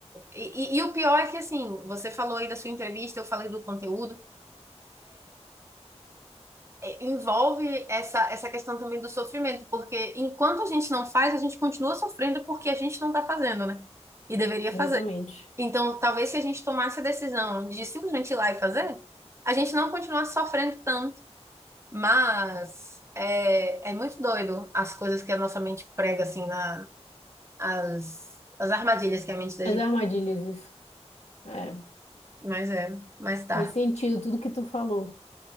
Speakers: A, on the right; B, on the left.
A: E, e- e o pior é que, assim, você falou aí da sua entrevista, eu falei do conteúdo, é, envolve essa, essa questão também do sofrimento, porque enquanto a gente não faz, a gente continua sofrendo porque a gente não tá fazendo, né? E deveria
B: exatamente.
A: fazer. Então, talvez se a gente tomasse a decisão de simplesmente ir lá e fazer, a gente não continuasse sofrendo tanto. Mas é, é muito doido as coisas que a nossa mente prega, assim, na, as, as armadilhas que a mente da
B: As
A: gente
B: armadilhas, isso. É,
A: Mas é, mas tá,
B: faz sentido tudo que tu falou.